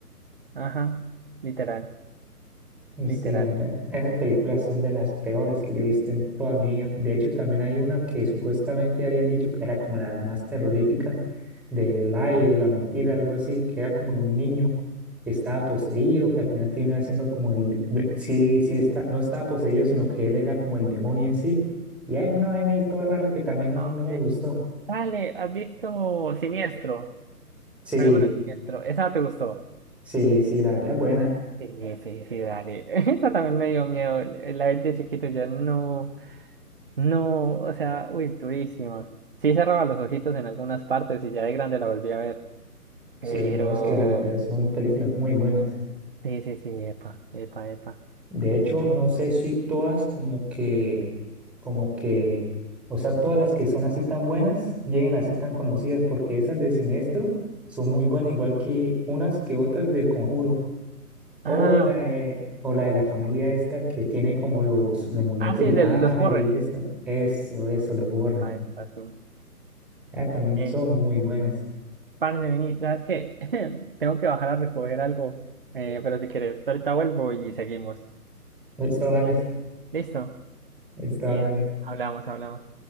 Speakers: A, on the right (about 35°); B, in the centre.
A: ajá, literal,
B: Y
A: literal.
B: sí, la verdad, esas películas son de las peores que yo he visto en toda mi vida. De hecho, también hay una que supuestamente habían dicho que era como la más terrorífica de Lie o La Mentira, algo así, que era como un niño que estaba poseído, que al final termina siendo como el, ve- sí, sí está, no estaba poseído, sino que él era como el demonio en sí. Y hay una vaina ahí toda rara que también no,
A: Ah, ok.
B: no me gustó.
A: Dale, ¿has visto Siniestro?
B: Sí,
A: Fenómeno Siniestro, esa te gustó.
B: sí, sí, la verdad es buena.
A: Sí, sí, sí, dale. <laughs> Eso también me dio miedo. La vez de chiquito yo no, no, o sea, uy, es durísima. Sí cerraba los ojitos en algunas partes y ya de grande la volví a ver. Pero,
B: Sí, no, es que la verdad son películas muy buenas.
A: sí, sí, sí, epa, epa, epa.
B: De hecho, no sé si todas como que, como que, o sea, todas las que son así tan buenas lleguen a ser tan conocidas porque esas de Siniestro son muy buenas, igual que unas que otras del Conjuro. O
A: Ah,
B: la de, o la de la familia esta que tiene como los, los muñecos
A: ah, sí,
B: de
A: de
B: Annabelle
A: los Warren.
B: y esto. Eso, eso, los borren.
A: Epa, epa, sí.
B: Ah, también
A: Eh,
B: son muy buenas.
A: parce, vení, ¿sabes qué? <laughs> Tengo que bajar a recoger algo. Eh, pero si quieres, ahorita vuelvo y seguimos.
B: Listo, dale,
A: ¿Listo?
B: Listo,
A: Bien,
B: hágale.
A: hablamos, hablamos.